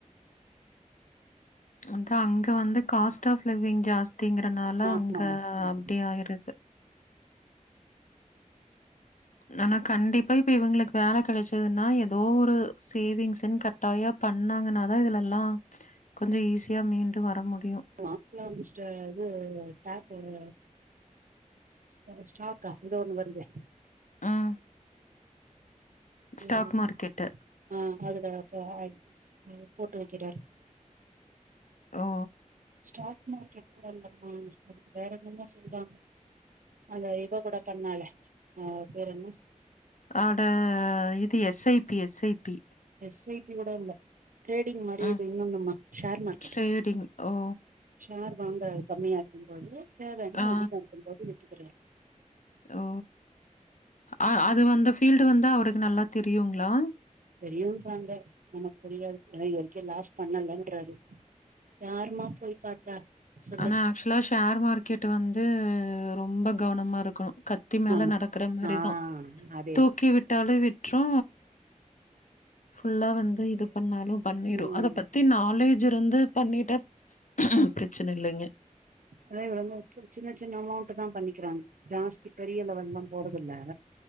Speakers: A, on the left (about 70°); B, on the right (about 85°).
A: அதா அங்க வந்து காஸ்ட் ஆஃப் லிவிங் ஜாஸ்திங்குறனால
B: ஆமாம்மா
A: அங்க
B: ஆமா.
A: அப்டி ஆயிருது நானா கண்டிப்பா இப்ப இவுங்களுக்கு வேல கெடைச்சதுன்னா ஏதோ ஒரு சேவிங்ஸ்ன்னு க ட்டாயோ பண்ணாங்கனாதா இதுலெல்லா கொஞ்சோ ஈஸியா மீண்டு வர முடியு
B: மாப்புள்ள அமஞ்சுட்டா இது கேரக்டரு ஆ ஸ்டாக்கா இங்க ஒண்ணு வருதே
A: ம். ஸ்டாக்
B: ம்
A: மார்க்கெட்டு.
B: ஆ அதுல போய் போட்டு வக்கிறாரு
A: ஓ
B: ஸ்டாக் மார்க்கெட் இல்லம்மா அதுக்கு வேற என்னமோ சொல்வாங்க அந்த இவ கூட பண்ணாளே அவ பேரன்ன
A: அட இது S I P S I P
B: S I P கூட இல்ல ட்ரேடிங் மாறி
A: ம்.
B: இது இன்னொன்னு ஷேர் மார்க்கெட்
A: ட்ரேடிங். ஓ!
B: ஷேர் வாங்குறது கம்மியா ஆகும்போது தேவன்னா
A: ஆ.
B: அதிகம் இருக்கும்போது வித்துக்குருவே
A: ஓ அ அது வந்த ஃபீல்டு வந்தா அவருக்கு நல்லா தெரியுங்ளா
B: தெரியுன்றாங்க நமக்கு தெரியாது ஆனா இதுவரைக்கு லாஸ் பண்ணலேன்றாரு யாருமா போய் பாத்தா சொல்லு
A: ஆனா ஆக்சுவலா ஷேர் மார்க்கெட்டு வந்து ரொம்ப கவனமா இருக்கணு கத் த்தி மேல
B: ஆமா
A: நடக்குற மாரிதா
B: ஆ அதேதா
A: தூக்கி விட்டாலு விட் ட்ரு ஃபுல்லா வந்து இது பண்ணாலு பண்ணிரு
B: ம்
A: அத பத் பத்தி நாலேஜு இருந்து பண்ணிட்டா ப்ரச்சன இல்லேங்க
B: அதா இவ்ளோனு சின்ன சின்ன அமௌண்ட்டுதா பண்ணிக்கிறாங்க ஜாஸ்தி பெரிய லெவல்லா போடுதுல்ல